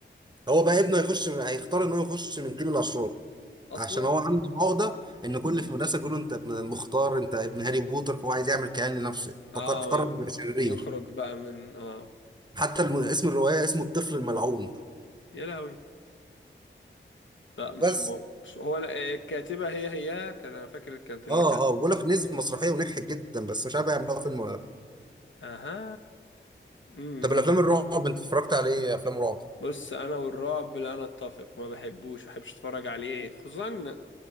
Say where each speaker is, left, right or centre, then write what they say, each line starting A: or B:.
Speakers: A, on the right; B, on the left.
A: هو بقى ابنه هيخش هيختار ان هو يخش من تيم الاشرار
B: اصلا
A: عشان هو عنده عقده ان كل اللي في المدرسه بيقولوا انت ابن المختار انت ابن هاري بوتر فهو عايز يعمل كيان لنفسه يعني
B: اه
A: فقر فقرر انه يبقى شرير
B: يخرج بقى من اه
A: حتى الم- اسم الروايه اسمه الطفل الملعون
B: يا لهوي لا مش
A: بس
B: مو... مش هو انا آه، الكاتبة هي هي كانت انا فاكر كانت اللي
A: اه
B: كانت
A: اه بقول لك نزل في مسرحيه ونجحت جدا بس مش عارف يعملوها فيلم ولا لا.
B: اها امم
A: طب الافلام
B: إمم.
A: الرعب انت اتفرجت على ايه افلام رعب
B: بص انا والرعب لا نتفق ما بحبوش ما بحبش اتفرج عليه خصوصا